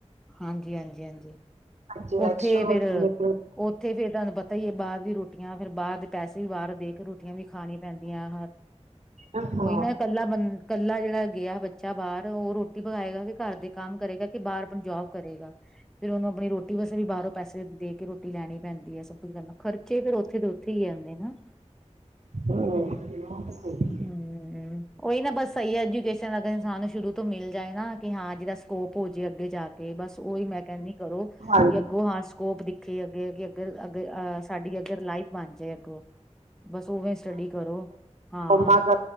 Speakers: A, in the centre; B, on the right.
A: ਹਾਂਜੀ ਹਾਂਜੀ ਹਾਂਜੀ।
B: ਜੇ
A: ਉੱਥੇ
B: ਐਕਸਟਰਾ ਹੋਏ
A: ਫਿਰ
B: ਬੰਦੇ ਕੋਲ।
A: ਉੱਥੇ ਫੇਰ ਤੁਹਾਨੂੰ ਪਤਾ ਹੀ ਹੈ ਬਾਹਰ ਦੀ ਰੋਟੀਆਂ ਫੇਰ ਬਾਹਰ ਦੇ ਪੈਸੇ ਵੀ ਬਾਹਰ ਦੇ ਕੇ ਰੋਟੀਆਂ ਵੀ ਖਾਣੀਆਂ ਪੈਂਦੀਆਂ ਹੈ।
B: ਹੈ ਹਾਂ।
A: ਕੋਈ ਨਾ ਇਹ ਕੱਲਾ ਬੰਦਾ ਕੱਲਾ ਜਿਹੜਾ ਗਿਆ ਬੱਚਾ ਬਾਹਰ ਉਹ ਰੋਟੀ ਪਕਾਏਗਾ ਕਿ ਘਰ ਦੇ ਕੰਮ ਕਰੇਗਾ। ਤੇ ਬਾਹਰ ਆਪਣੀ ਜੋਬ ਕਰੇਗਾ ਫੇਰ ਉਹਨੂੰ ਆਪਣੀ ਰੋਟੀ। ਰੋਟੀ ਵੈਸੇ ਵੀ ਬਾਹਰੋਂ ਪੈਸੇ ਦੇ ਕੇ ਰੋਟੀ ਲੈਣੀ ਪੈਂਦੀ ਹੈ। ਸਭ ਕੁੱਝ ਕਰਨਾ ਖਰਚੇ ਫੇਰ ਉੱਥੇ ਦੇ ਉੱਥੇ ਹੀ ਆਉਂਦੇ ਨਾ।
B: ਹੂੰ।
A: ਹੂੰ। ਉਹੀ ਨਾ ਬਸ ਸਹੀ ਐਜੂਕੇਸ਼ਨ ਅਗਰ ਇਨਸਾਨ ਨੂੰ ਸ਼ੁਰੂ ਤੋਂ ਮਿਲ ਜਾਏ ਨਾ ਕਿ ਹਾਂ ਜਿਹਦਾ ਸਕੋਪ ਹੋ ਜੇ ਅੱਗੇ ਜਾ ਕੇ। ਕਿ ਬਸ ਉਹੀ ਮੈ ਕਹਿੰਦੀ ਹਾਂ ਕਰੋ
B: ਹਾਂ
A: ਵੀ ਅੱਗੋਂ ਆਸ। ਸਕੋਪ ਦਿਖੇ ਅੱਗੇ ਅੱਗਰ ਅੱਗੇ ਅਹ ਸਾਡੀ ਅਗਰ ਲਾਈਫ ਬਣ ਜਾਏ ਅੱਗੋਂ। ਬਸ ਉਵੇਂ ਸਟੱਡੀ ਕਰੋ। ਹਾਂ
B: ਕੰਮਾ ਦਾ